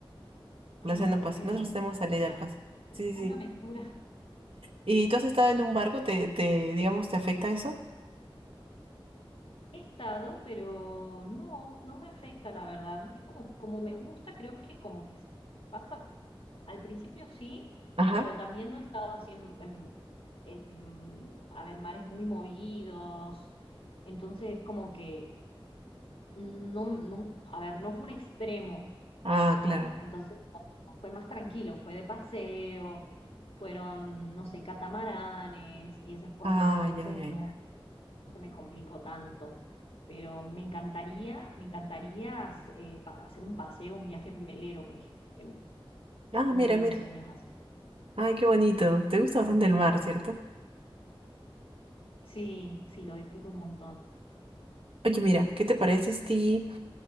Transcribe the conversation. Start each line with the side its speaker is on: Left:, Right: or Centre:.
Left: Ah,
Right: el Océano Pacífico.
Left: bueno,
Right: Nosotros
Left: una,
Right: tenemos salida
Left: una
Right: al Pacífico.
Left: una
Right: Sí,
Left: gran
Right: sí.
Left: aventura.
Right: sí. ¿Y tú has estado en un barco? ¿Te, te, digamos, te afecta eso?
Left: He estado, pero no, no me afecta, la verdad. Es como, como me gusta, creo que como que pasa, al principio sí,
Right: Ajá.
Left: pero también no he estado así en, en- en, a ver, mares muy movidos. Entonces, como que no, no, a ver, no fue un extremo,
Right: Ah,
Left: ¿no?
Right: claro.
Left: Entonces no, fue más tranquilo, fue de paseo, fueron, no sé, catamaranes y esas cosas.
Right: Ah,
Left: Entonces,
Right: ya, ya,
Left: no
Right: ya.
Left: no se me complicó tanto. Pero me encantaría, me encantaría eh, pa- hacer un paseo, un viaje en velero, por ejemplo.
Right: Ah,
Left: Es como
Right: mira,
Left: uno de
Right: mira.
Left: mis sueños así.
Right: Ay, qué bonito. Te gusta bastante el mar, ¿cierto?
Left: Sí, sí, lo disfruto un montón.
Right: Oye, mira, ¿qué te parece si